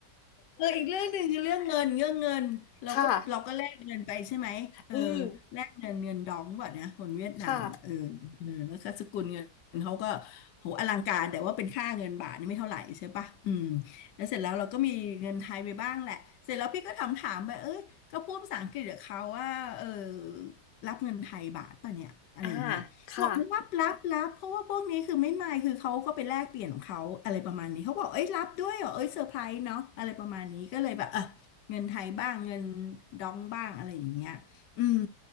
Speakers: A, on the left; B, on the left.
A: เอออีกเรื่องหนึ่งคือเรื่องเงินเรื่องเงินเราก็เราก็แลกเงินไปใช่ไหมเออ
B: ค่ะอืม
A: แลกเงินเงินดองว่ะนะคนเวียดนามอ่ะเออเออแล้วก็สกุลเงินเขาก็
B: ค่ะ
A: โหอลังการแต่ว่าเป็นค่าเงินบาทนี่ไม่เท่าไหร่ใช่ปะอืมแล้วเสร็จแล้วเราก็มีเงินไทยไปบ้างแหละเสร็จแล้วพี่ก็ถามถามไปเอ้ยก็พูดภาษาอังกฤษกับเขาว่าเออรับเงินไทยบาทป่ะเนี่ยอะไรอย่างเงี้ย
B: อ่าค่ะ
A: บอกรับรับรับเพราะว่าพวกนี้คือไม่มายคือเขาก็ไปแลกเปลี่ยนของเขาอะไรประมาณนี้เขาบอกเอ้ยรับด้วยเหรอเอ้ยเซอร์ไพรส์เนาะอะไรประมาณนี้ก็เลยแบบเออเงินไทยบ้างเงินดองบ้างอะไรอย่างเงี้ยอืม